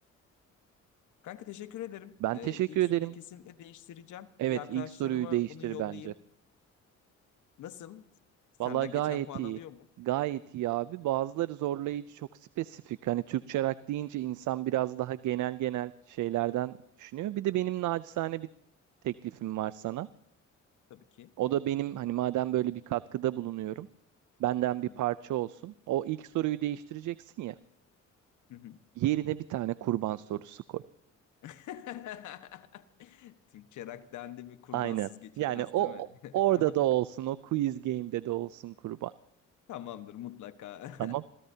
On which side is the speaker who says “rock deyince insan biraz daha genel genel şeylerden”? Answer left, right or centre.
Right